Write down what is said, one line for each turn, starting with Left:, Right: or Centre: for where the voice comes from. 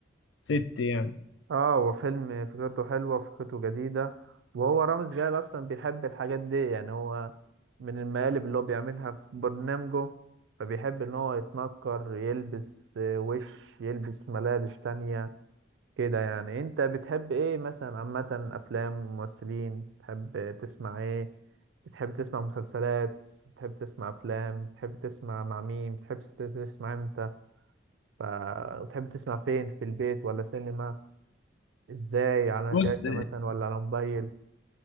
Left: ست يعني
Right: اه هو فيلم فكرته حلوة فكرته جديدة وهو رامز جلال أصلا بيحب الحاجات دي يعني هو من المقالب اللي هو بيعملها في برنامجه فبيحب إن هو يتنكر يلبس آه، وش يلبس ملابس تانية كده يعني أنت بتحب إيه مثلا عامة أفلام ممثلين بتحب تسمع إيه بتحب تسمع مسلسلات بتحب تسمع أفلام بتحب تسمع مع مين بتحب تسمع إمتى ف- بتحب تسمع فين في البيت ولا سينما ازاي على
Left: بص
Right: شاشة مثلا ولا على موبايل